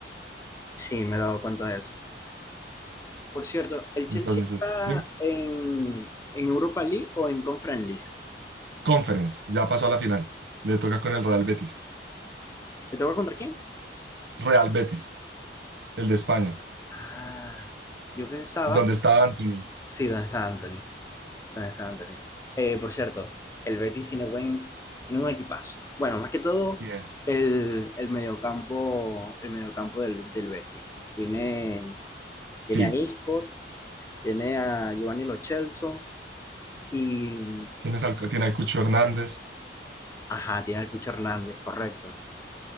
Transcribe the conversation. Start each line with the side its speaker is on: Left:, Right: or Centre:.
Left: Sí, me he dado cuenta de eso. Por cierto, ¿el Chelsea
Right: Entonces,
Left: está
Right: dime.
Left: en, en Europa League o en Conference League?
Right: Conference, ya pasó a la final. Le toca con el Real Betis.
Left: ¿Te toca contra quién?
Right: Real Betis, el de España,
Left: Ah, yo pensaba,
Right: donde está Anthony.
Left: sí, ¿dónde está Anthony? ¿Dónde está Anthony? Eh, por cierto, el Betis tiene buen, tiene un equipazo. Bueno, más que todo,
Right: Yeah.
Left: el, el mediocampo, el mediocampo del, del Betis. Tiene, tiene
Right: Sí,
Left: a Isco, tiene a Giovanni Lo Celso y
Right: tienes al, tiene al Cucho Hernández.
Left: Ajá, tiene al Cucho Hernández, correcto.